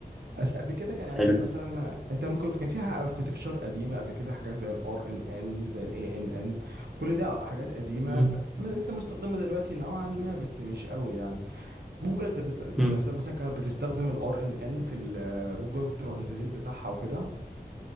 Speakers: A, on the right; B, in the centre.
A: اصل قبل كده كان يعني
B: حلو
A: مثلا انت ممكن كان فيها اركتكتشر قديمه قبل كده حاجه زي الار ان ان زي الاي ان ان كل ده حاجات قديمه
B: مم،
A: ب- ما لسه مستخدمه دلوقتي نوعا ما بس مش قوي يعني جوجل ذات ذات
B: مم،
A: نفسها مثلا كانت بتستخدم الار ان ان في ال جوجل ترانزليت بتاعها وكده